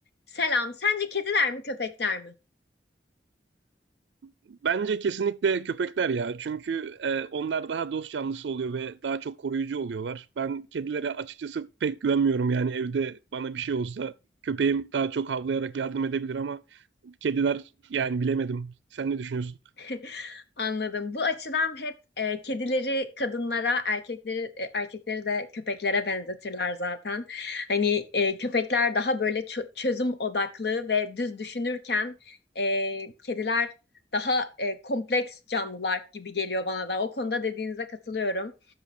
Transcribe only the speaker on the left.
Selam. Sence kediler mi köpekler mi?
<laughs> Anladım. Bu açıdan hep e, kedileri kadınlara, erkekleri e, erkekleri de köpeklere benzetirler zaten. Hani e, köpekler daha böyle çö- çözüm odaklı ve düz düşünürken e, kediler daha e, kompleks canlılar gibi geliyor bana da. O konuda dediğinize katılıyorum.